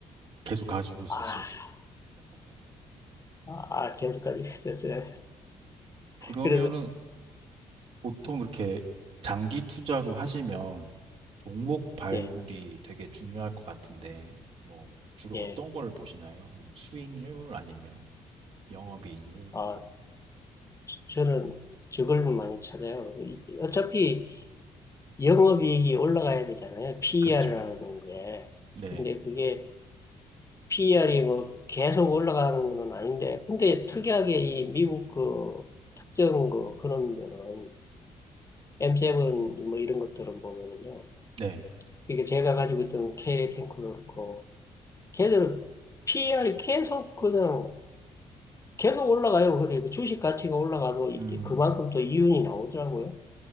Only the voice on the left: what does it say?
아, 아, 계속까지 <laughs> 됐어요.
그래서,
예,
예.
아,
저- 저는 저걸 많이 찾아요. 이- 어차피 영업이익이 올라가야 되잖아요. PER이라는
게.
근데 그게 PER이 뭐 계속 올라가는 건 아닌데, 근데 특이하게 이 미국 그 특정 그 그런 거는 M7 뭐 이런 것들은 보면은요.
이게 제가 가지고 있던 K 탱크도 그렇고, 걔들은 PER이 계속 그냥 계속 올라가요. 그러니까 주식 가치가 올라가도 이-
그만큼 또 이윤이 나오더라고요.